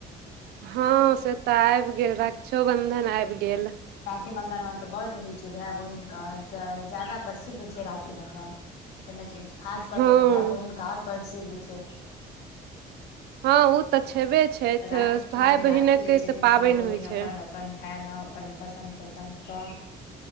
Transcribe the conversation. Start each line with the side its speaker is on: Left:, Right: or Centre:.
Right: हँ से त आबि गेल रक्षोबन्धन आबि गेल।
Left: राखी बंधन मे त बड होइ छै भाय बहिन के ज्यादा प्रसिद्ध छै राखी बंधन। एहिमे जे खास क-क
Right: हँ
Left: भाय बहिनके और प्रसिद्ध छै।
Right: हँ ओ तऽ छेबे छथि
Left: राखी
Right: भाय
Left: के
Right: बहिनक
Left: राखी लय
Right: तऽ
Left: छथिन
Right: पाबनि
Left: सब बहिन
Right: होइ छै
Left: अपन अपन भाय ले अपन पसन्द - पसन्द क